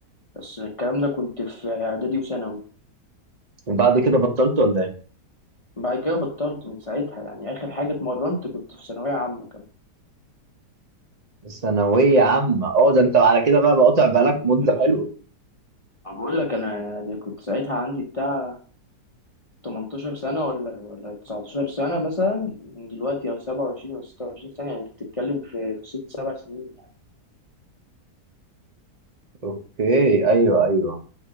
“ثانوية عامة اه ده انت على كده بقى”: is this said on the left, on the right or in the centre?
Right